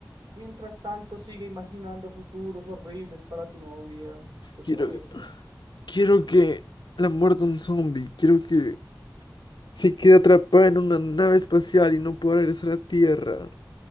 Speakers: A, on the right; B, on the left.
A: mientras tanto sigue imaginando futuros horribles para tu novia, tu exnovia,
B: Quiero,
A: perdón.
B: quiero que la muerda un zombie. Quiero que se quede atrapada en una nave espacial y no pueda regresar a Tierra.